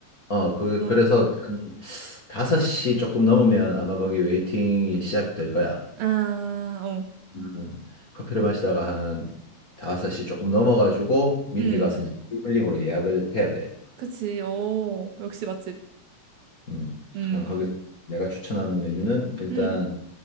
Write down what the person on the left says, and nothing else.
어 그,
그래서 한 5시 조금 넘으면 아마 거기 웨이팅이 시작될 거야.
음, 커피를 마시다가 한 5시 조금 넘어가지고 미리
가서 이제 테이블링으로 예약을 해야 돼.
음
그럼 거기서 내가 추천하는 메뉴는 일단